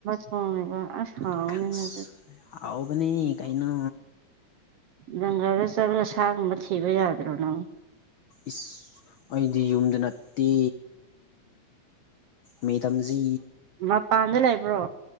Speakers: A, on the right (about 70°); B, on the left (about 75°).
A: <unintelligible> ꯑꯁ ꯍꯥꯎꯅꯤꯅꯦ
B: <unintelligible>
A: ꯑꯗꯨ
B: ꯍꯥꯎꯕꯅꯤ ꯀꯩꯅꯣ
A: ꯖꯪꯒꯜꯗ ꯆꯠꯂꯒ ꯁꯥꯒꯨꯝꯕ ꯊꯤꯕ ꯌꯥꯗ꯭ꯔꯣ ꯅꯪ
B: ꯏꯁ ꯑꯩꯗꯤ ꯌꯨꯝꯗ ꯅꯠꯇꯦ ꯃꯦꯗꯥꯝꯖꯤ
A: ꯃꯄꯥꯟꯗ ꯂꯩꯕ꯭ꯔꯣ